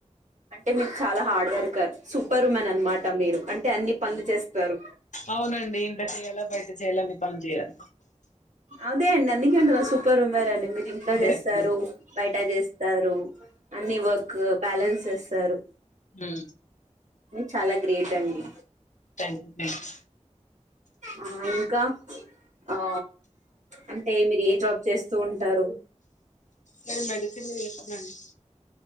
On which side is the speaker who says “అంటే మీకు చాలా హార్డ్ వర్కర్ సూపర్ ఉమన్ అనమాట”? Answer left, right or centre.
Right